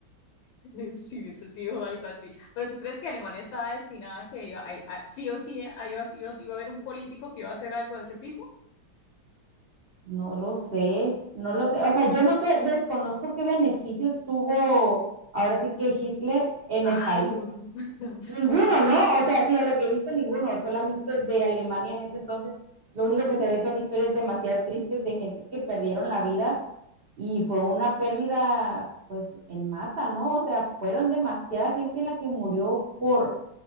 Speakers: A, on the left; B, on the right.
A: <laughs> si hubiese sido algo así? Pero tú crees que Alemania estaba destinada a que iba, a- a- sí o sí eh, a- iba, iba, iba a haber un político que iba a hacer algo de ese tipo?
B: No lo sé, no lo sé, o sea, yo no sé, desconozco qué beneficios tuvo ahora sí que Hitler en
A: Nada,
B: el país,
A: ninguno. <laughs>
B: Ninguno, ¿no? O sea, sí, a lo que he visto, ninguno, solamente de Alemania en ese entonces, lo único que se ve son historias demasiado tristes de gente que perdieron la vida y fue una pérdida, pues, en masa, ¿no? O sea, fueron demasiada gente la que murió por,